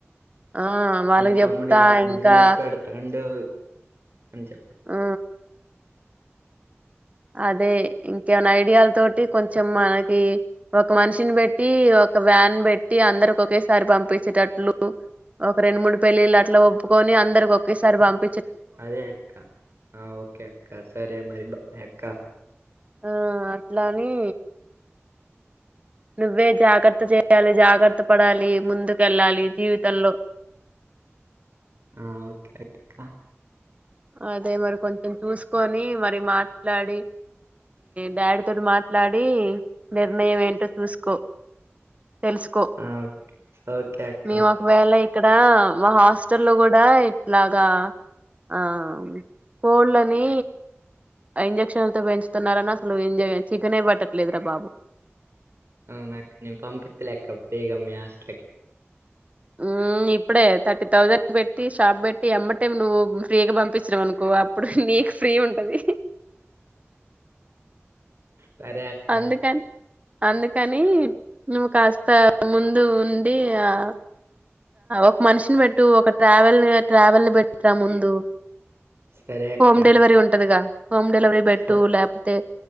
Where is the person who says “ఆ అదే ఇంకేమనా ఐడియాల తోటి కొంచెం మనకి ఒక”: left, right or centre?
Right